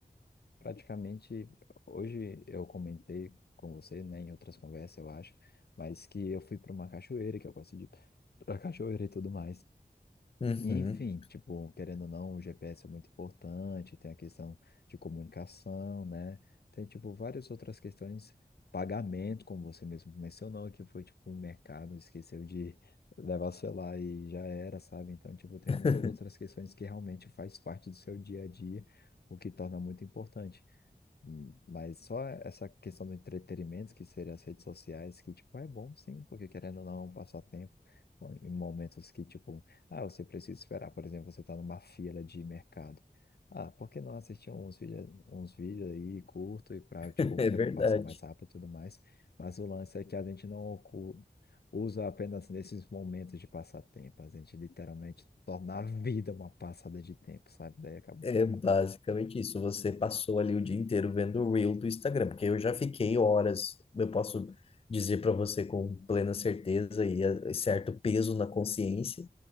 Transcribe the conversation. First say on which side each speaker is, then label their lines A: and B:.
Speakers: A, on the left (about 80°); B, on the left (about 35°).
A: Praticamente, hoje eu comentei com você, né, em outras conversas, eu acho, mas que eu fui para uma cachoeira, que eu gosto de ir pra <laughs> cachoeira e tudo mais.
B: Uhum.
A: E, enfim, tipo, querendo ou não, o GPS é muito importante, tem a questão de comunicação, né? Tem, tipo, várias outras questões, pagamento, como você mesmo mencionou, que foi, tipo, o mercado esqueceu de levar o celular e já era, sabe? Então, tipo, tem
B: <laughs>
A: muitas outras questões que realmente faz parte do seu dia a dia, o que torna muito importante. Hum, Mas só essa questão do entretenimento, que seria as redes sociais, que, tipo, é bom sim, porque querendo ou não, é um passatempo ó, em momentos que, tipo, ah, você precisa esperar, por exemplo, você está numa fila de mercado. Ah, por que não assistir uns vídeos, uns vídeos aí curto e para, tipo,
B: É
A: o tempo
B: verdade.
A: passar mais rápido e tudo mais? Mas o lance é que a gente não ocu- usa apenas nesses momentos de passatempo, a gente literalmente torna a vida uma passada de tempo, sabe? Daí acaba
B: É
A: sendo
B: basicamente isso. Você passou ali o dia inteiro vendo o Reel do Instagram, porque eu já fiquei horas, eu posso dizer para você com plena certeza e eh, certo peso na consciência,